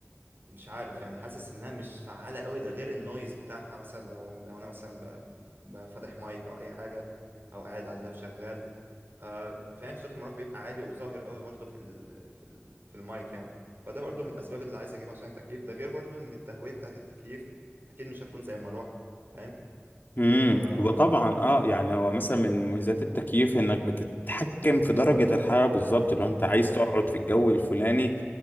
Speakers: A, on the right; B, on the left.
A: مش عارف يعني حاسس انها مش فعالة قوي ده غير النويز بتاعها مثلا لو لو انا مثلا ب- ب- فاتح مايك او اي حاجة او قاعد على اللاب شغال آه فاهم صوت المروح بيبقى عالي وظاهر قوي برضو في ال في ال في المايك يعني فده برضو من الاسباب اللي عايز اجيبها عشان التكييف ده غير برضو ان التهوية بتاعت التكييف اكيد مش هتكون زي المروحة فاهم
B: امم
A: آه
B: وطبعا
A: م-
B: اه يعني هو مثلا من مميزات التكييف انك بتتحكم في درجة الحرارة بالظبط لو انت
A: م-
B: عايز تقعد في الجو الفلاني